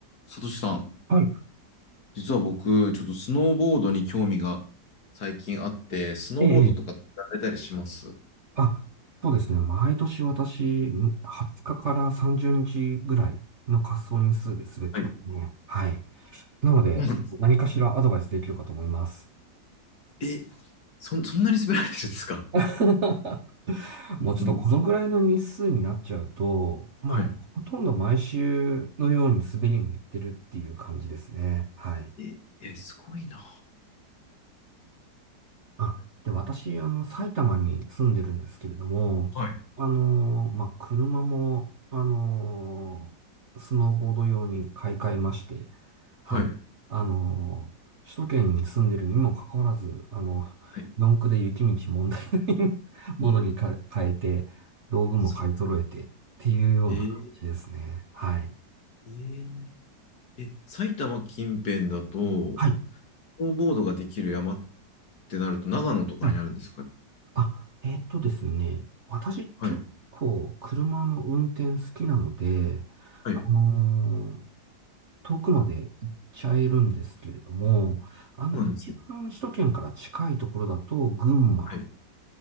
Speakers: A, on the left (about 60°); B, on the right (about 45°).
A: さとしさん、
B: はい。
A: 実は僕、ちょっとスノーボードに興味が最近あって、スノーボードとかやられたりします
B: ええ、ええあ、そうですね。毎年私、20日かから30日ぐらいの滑走日数で滑ってますね。
A: はい。
B: はい。なので、
A: うん、
B: 何かしらアドバイスできるかと思います。
A: え、そ、そんなに滑られてるんですか
B: <laughs> もうちょっとこのぐらいの日数になっちゃうと、
A: うん。
B: まあ、
A: はい。
B: ほとんど毎週のように滑りに行ってるっていう感じですね。はい。
A: え、え、すごいな。
B: あ、で、私、あの、埼玉に住んでるんですけれども、
A: はい。
B: あのーまあ、車も、あのースノーボード用に買い替えまして、はい。
A: はい。
B: あのー首都圏に住んでるにもかかわらず、あの、
A: はい。
B: 四駆で雪道問題ない <laughs> ものにか変えて、道具も買い揃えてっていうような感じですね。
A: そえー
B: はい。
A: えーえ埼玉近辺だと、
B: はい。
A: スノーボードができる山ってなると、長野とかになるんですか
B: はい。あ、えっとですね、私結構車の運転好きなので、
A: はい。はい。
B: あのー
A: そ
B: 遠くまで行っちゃえるんですけれども、あの、
A: うなんですね。
B: 一番首都圏から近いところだと、群馬
A: はい。